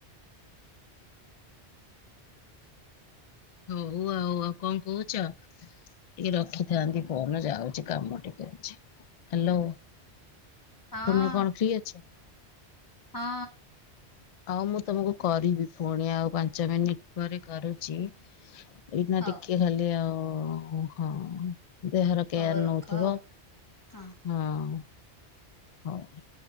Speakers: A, on the left; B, on the left.
A: ହଉ ଆଉ କଣ କହୁଛ? ଟିକେ ରଖିଥାନ୍ତି ଫୋନ ଯାଉଛି କାମ ଟିକେ ଅଛି। ହ୍ୟାଲୋ
B: ହଁ
A: ତମେ କଣ ଫ୍ରୀ ଅଛ?
B: ହଁ।
A: ଆଉ ମୁଁ ତମକୁ କରିବି ପୁଣି ଆଉ ପାଞ୍ଚ ମିନିଟ ପରେ କରୁଛି। ଏଇନା
B: ହଉ
A: ଟିକେ ଖାଲି ଆଉ ହଁ ଦେହର କେୟାର
B: ହଉ ରଖ
A: ନଉଥିବ।
B: ଆଉ ହଁ।
A: ହଁ ହଉ।